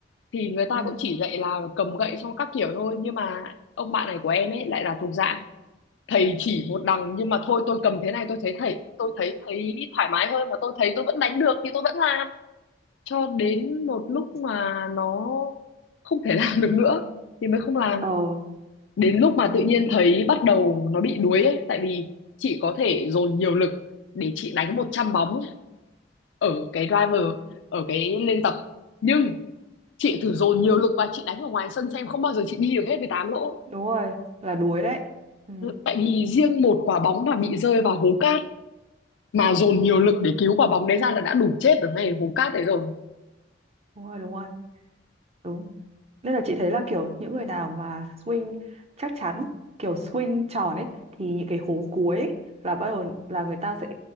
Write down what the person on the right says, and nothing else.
ừ.
Ừ.
Ừ.
ờ
ừ.
đúng rồi là đuối đấy ừ.
Ừ.
ừ,
đúng rồi đúng rồi đúng nên là chị thấy là kiểu những người nào mà swing chắc chắn kiểu swing tròn ấy thì những cái hố cuối ấy, là bắt đầu là người ta sẽ